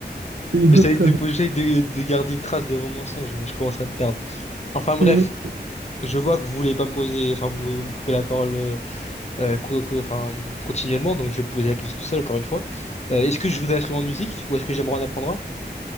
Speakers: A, on the right; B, on the left.
A: c'est une
B: J'essaie
A: autre,
B: de, j'essaie de de garder une trace de vos mensonges, mais je commence à me perdre.
A: <laughs>
B: Enfin bref,
A: c'est une autre-
B: Je vois que vous voulez pas me poser, enfin vous me coupez la parole euh, euh, co- co- enfin, continuellement, donc je vais poser la question tout seul encore une fois. Euh, est-ce que je joue d'un instrument de musique ou est-ce que j'aimerais en apprendre un?